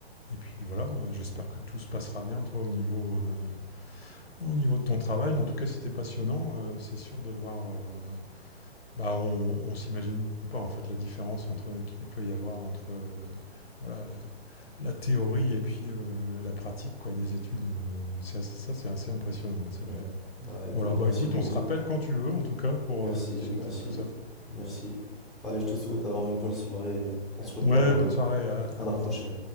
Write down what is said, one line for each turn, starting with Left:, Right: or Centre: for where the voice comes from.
Left: Et puis voilà, euh, j'espère que tout se passera bien, toi, au niveau, euh, au niveau de ton travail. Mais en tout cas, c'était passionnant. euh, c'est sûr de voir. euh, bah, on, on s'imagine pas en fait la différence entre qu'il peut y avoir entre euh, voilà la, la théorie et puis euh, la pratique quoi des études. euh, c'est assez- ça, c'est assez impressionnant, c'est
Centre: Ouais.
Left: vrai.
Centre: Bah, écoute,
Left: Voilà, bah
Centre: merci
Left: écoute,
Centre: beaucoup.
Left: on se rappelle quand tu veux, en tout cas, pour
Centre: Merci,
Left: euh, discuter
Centre: merci,
Left: de tout ça.
Centre: merci. Allez, je te souhaite alors une bonne soirée et on se reparle
Left: Ouais, bonne soirée, à-
Centre: à
Left: à
Centre: la
Left: bientôt.
Centre: prochaine.